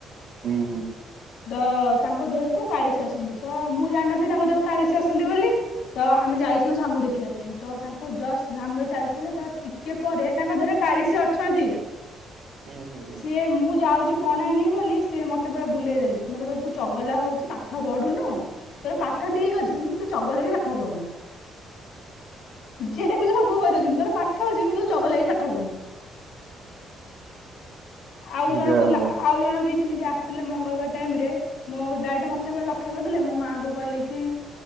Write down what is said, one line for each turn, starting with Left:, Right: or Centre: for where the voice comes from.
Right: ହୁଁ ହୁଁ।
Left: ତ ତାଙ୍କ ଦେହକୁ କାଳିସୀ ଆସନ୍ତି, ତ ମୁଁ ଜାଣିନଥିଲି ତାଙ୍କ ଦେହକୁ କାଳିସୀ ଆସନ୍ତି ବୋଲି। ତ ଆମେ ଯାଇଥିଲୁ ଝାମୁ ଦେଖିବା ପାଇଁ ତ ତାଙ୍କ କୁ ଜଷ୍ ଝାମୁରେ ଚାଲିଚାଲି ତା ଟିକେ ପରେ ତାଙ୍କ ଧିଅରେ କାଳିସୀ ଅଛନ୍ତି।
Right: ହୁଁ ହୁଁ ହୁଁ।
Left: ସିଏ ମୁଁ ଯାଉଛି ପଣା ଆଣିବି ବୋଲି ସିଏ ମୋ ତେ ପୁରା ବୁଲେଇ ଦେଲେ, ମୋତେ କହିଲେ ତୁ ଚଗଲା ହଉଚୁ, ପାଠ ପଢୁନୁ ତୋର ପାଠ ଠିକ୍ ଅଛି। ତୁ ଚଗଲା ହେଇକି ପାଠ ପଢନୁ, ଯିଏ ଦେଖୁଛି ସବୁ କହିଦଉଛନ୍ତି ତୋର ପା ଠ ଅଛି କିନ୍ତୁ ତୁ ଚଗଲା ହେଇକି ପାଠ ପଢୁନୁ। ଆଉ ଜଣ
Right: ଯାହା
Left: କଇଲା,
Right: ହଉ
Left: ଆଉ ଜଣ ବି ସେମିତି ଆସିଥିଲେ ମଙ୍ଗଳବାର ଟାଇମ୍ ରେ ମୋ ଡାଇରେକ୍ଟ ମୋତେ <unintelligible> ଲକ୍ଷ୍ୟ କରିଥିଲେ, ମୋ ମାଆ କୁ କହିଲେ କି